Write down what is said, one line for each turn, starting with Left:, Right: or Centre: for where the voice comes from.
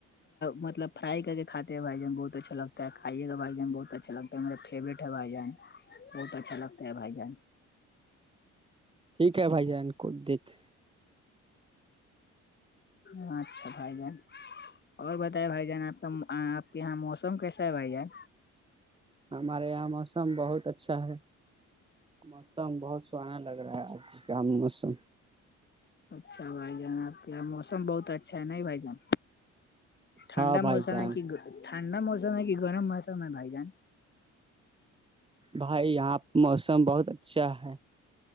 Left: مطلب فرائی کر کے کاتے بھائی جان بہت اچھا لگتا ہے کھائیے کا بھائی جان بہت اچھا اچھا لگتا ہےے فیوریٹ ہے بائی جان بہت اچھا لگتا ہے بھائی جان
Right: ٹھیک ہے بھائی جین کو دیکھ
Left: ہاں اچھا بھائی بہن اور بتائائے بھائی جان آپ کا آپ کے یہاں موسم کیسا ہے بھائی جان
Right: ہمارے یہاں موسم بہت اچھا ہے موسم بہت سوہناا لگ رہا ہے آج کا موسم
Left: اچھا بھائی جانب موسم بہت اچھا ہے نہیں بھائی جان ٹھنڈا
Right: ہاں بھائی
Left: موسم
Right: جان
Left: ہے کہ ٹھنڈا موسم ہے کہ گرم موم ہے بائی جان
Right: بھائی یہاں موسم بہت اچھا ہے